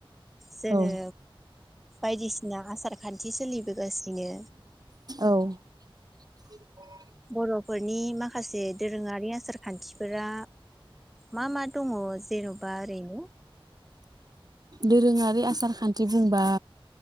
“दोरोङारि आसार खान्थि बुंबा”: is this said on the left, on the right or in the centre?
Right